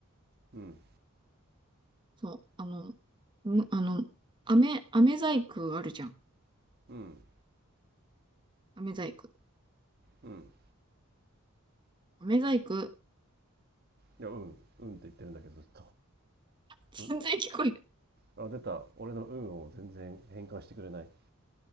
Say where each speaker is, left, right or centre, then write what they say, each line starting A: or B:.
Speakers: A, on the right; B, on the right.
A: うん
B: そう、あの、むあの、飴、飴細工あるじゃん。
A: うん
B: 飴細工。
A: うん
B: 飴細工。
A: いやうんうんって言ってるんだけどずっ
B: 全然聞こえ
A: とんあ出た俺の運を全然変換してくれない